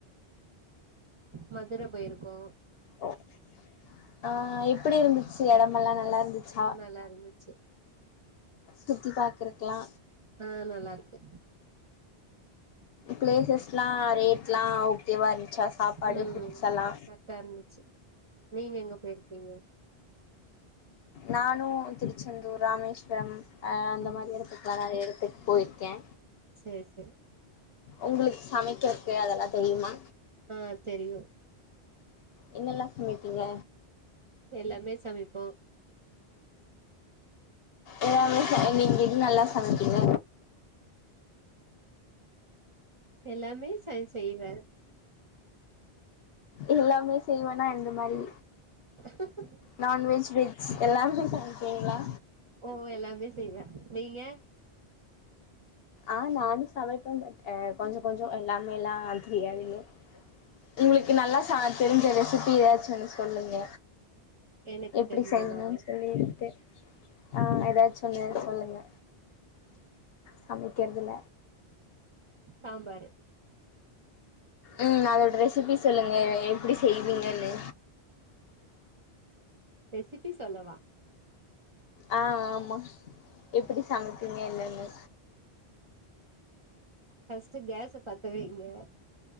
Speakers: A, on the right (about 40°); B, on the left (about 65°).
A: மதுர போயிருக்கோ
B: <inaudible> ஆஹ் எப்படி இருந்துச்சு எடமெல்லா நல்லாருந்துச்சா
A: நல்லாருந்துச்சு
B: சுத்தி பாக்குறக்கலா
A: ஆஹ் நல்லாருக்கு
B: பிளேசஸ்ல்லா ரேட்ல்லா ஓகேவா இருந்துச்சா சாப்பாடு
A: ம்
B: ஃபுட்ஸ்ல்லா
A: <unintelligible> நீங்க எங்க போயிருக்கீங்க
B: நானு திருச்சாந்தூர் ராமேஸ்வரம் அ அந்த
A: ம்
B: மாரி எடத்துக்கலா நெறய எத்துக்கு போயிருக்க
A: சேரி சேரி
B: உங்களுக்கு சமக்கறக்கு அதெல்லா தெரியுமா
A: ஆ தெரியு
B: என்னால சமப்பீங்க
A: எல்லாமே சமைப்போ
B: எல்லாமே ச நீங்க எது நல்லா சமப்பீங்க
A: எல்லாமே சன் செய்வே
B: எல்லாமே செய்வேனா எந்த மாரி
A: ம்ம்
B: நான்வெஜ் வெஜ் எல்லாமே சமப்பீங்ளா
A: ஓ எல்லாமே செய்வ நீங்க
B: ஆ நானு சமப்பே பட் கொஞ்ச கொஞ்ச எல்லாமேல்லா தெரியாது இன்னு உங்களுக்கு நல்லா சா தெரிஞ்ச ரெசிபி ஏதாச்சு ஒன்னு சொல்லுங்க
A: எனக்கு
B: எப்டி
A: தெரிஞ்சதா
B: செய்யனு சொல்லிட்டு ஆ ஏதாச்சு‌ ஒன்னு சொல்லுங்க சமக்கிறதுல
A: சாம்பாரு
B: ம் அதோட ரெசிபி சொல்லுங்க எப்பிடி செய்வீங்கன்னு
A: ரெசிபி சொல்லவா
B: ஆ ஆமா எப்டி சமப்பீங்க என்னனு
A: ஃபஸ்ட்டு கேஸ பத்த வைங்க